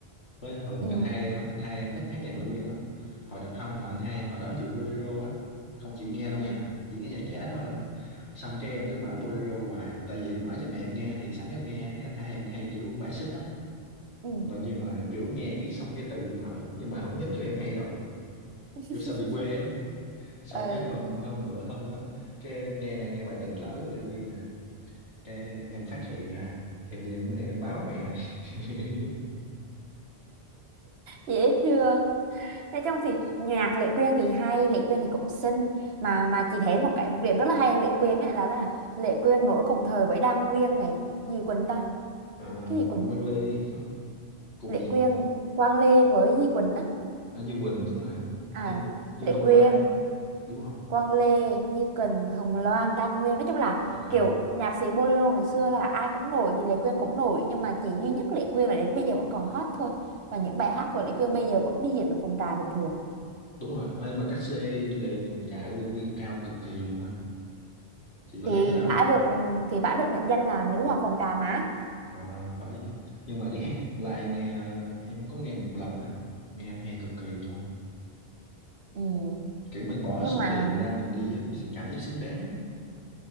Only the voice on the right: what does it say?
Ừ,
ừ,
ừ.
<laughs>
ừ.
dễ thương nói chung thì nhạc Lệ Quyên thì hay Lệ Quyên thì cũng xinh mà mà chị thấy một cái một điểm rất là hay ở Lệ Quyên ấy là là Lệ Quyên nổi cùng thời với Đan Nguyên này gì Quỳnh ta
cái gì Quỳnh
Lệ
Quyên Quang Lê với gì Quỳnh á
à
Lệ
Quyên
Quang Lê Như Quỳnh Hồng Loan Đan Nguyên nói chung là
kiểu nhạc sĩ bolero ngày xưa là ai cũng nổi thì Lệ Quyên cũng nổi nhưng mà chỉ duy nhất Lệ Quyên là đến bây giờ vẫn còn hot thôi và những bài hát của Lệ Quyên bây giờ vẫn đi diễn được phòng trà bình thường
thì
bả được ừ, thì bả được mệnh danh là nữ hoàng phòng trà má
ừ.
nhưng
mà